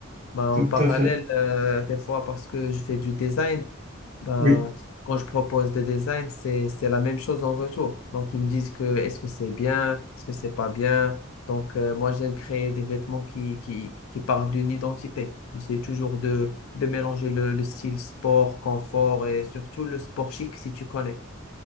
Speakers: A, on the left (about 80°); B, on the right (about 40°).
A: Ben,
B: Tout
A: en parallèle,
B: à fait,
A: euh, des fois, parce que je fais du design, ben,
B: oui.
A: quand je propose des designs, c'est, c'est la même chose en retour. Donc, ils me disent que est-ce que c'est bien, est-ce que c'est pas bien. Donc, euh, moi, j'aime créer des vêtements qui, qui, qui parlent d'une identité. J'essaie toujours de, de mélanger le, le style sport, confort et surtout le sport chic, si tu connais.